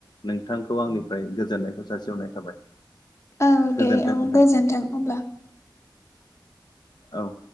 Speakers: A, on the left (about 65°); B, on the left (about 35°).
A: नोंथांखौ आंनिफ्राय गोजोननायखौ जासिहरनाय थाबाय।
B: औ
A: गोजोन्थों
B: दे औ
A: नोंथां
B: गोजोन्थों हब्ला।
A: औ